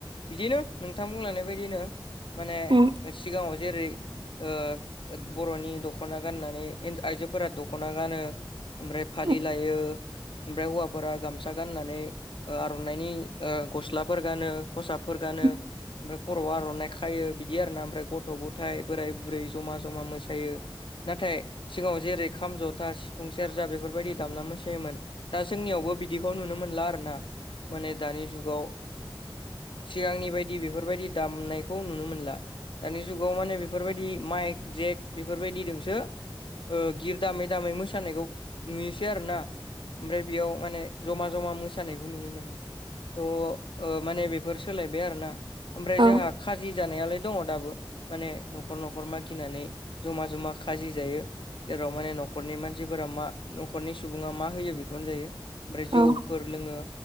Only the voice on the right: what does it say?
उम औ उम
उम
औ
उम
औ